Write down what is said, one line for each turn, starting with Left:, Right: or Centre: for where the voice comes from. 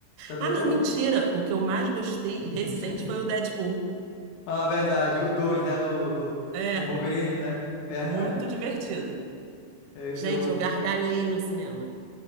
Left: Você adorou?
Right: Ah, não, mentira. O que eu mais gostei
Left: <laughs>
Right: recente foi o Deadpool.
Left: Ah, verdade. O 2, né? Do, do,
Right: É,
Left: com o Wolverine, né? Verdade.
Right: muito divertido.
Left: Eu,
Right: Gente,
Left: eu,
Right: eu gargalhei no cinema.